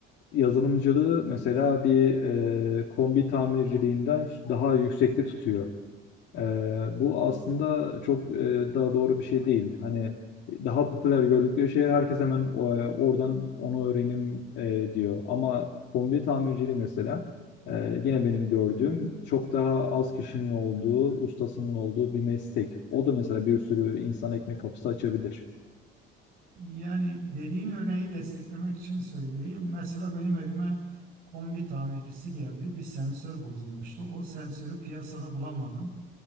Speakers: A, on the left; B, on the right.
A: yazılımcılığı mesela bir e, kombi tamirciliğinden daha yüksekte tutuyor. Ee, bu aslında çok e, daha doğru bir şey değil. Hani daha popüler gördükleri şey herkes hemen o- e, oradan onu öğrenim e, diyor. Ama kombi tamirciliği mesela e, yine benim gördüğüm çok daha az kişinin olduğu, ustasının olduğu bir meslek. O da mesela bir sürü insan ekmek kapısı açabilir.
B: Yani dediğin örneği desteklemek için söyleyeyim. Mesela benim evime kombi tamircisi geldi. Bir sensör bozulmuştu. O sensörü piyasada bulamadım.